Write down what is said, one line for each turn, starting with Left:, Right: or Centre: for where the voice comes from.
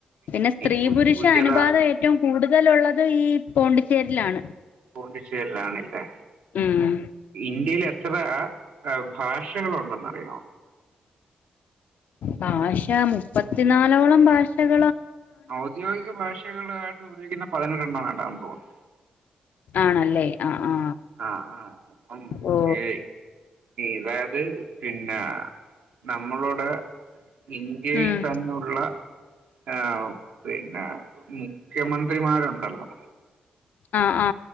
Left: പിന്നെ സ്ത്രീ
Right: ഗു
Left: പുരുഷ
Right: ഗുജറാത്ത്
Left: അനുബാതം ഏറ്റോം കൂടുതൽ കൂടുതലെള്ളത് ഈ പോണ്ടിച്ചേരിലാണ്
Right: പോണ്ടിച്ചേരിലണല്ലേ
Left: ഉം
Right: ഇന്ത്യേല് എ ത്രാ ഭാഷകളെണ്ടെന്ന് അറിയോ
Left: ഭാഷാ മുപ്പത്തിനാലോളം ഭാഷക
Right: ഔദ്യോഗിക ഭാഷകളായിട്ട് ഉപയോഗിക്കുന്ന <unintelligible>
Left: ആണല്ലേ ആ ആ
Right: ആാ ആാ അപ്പം
Left: ഓ
Right: യെ ഇതായത് പിന്നെ നമ്മളുടെ ഇന്ത്യയിൽ
Left: ഉം
Right: തന്നെയെള്ള ആ പിന്നെ മുഖ്യമന്ത്രിമാരുണ്ടല്ലോ
Left: ആ ആ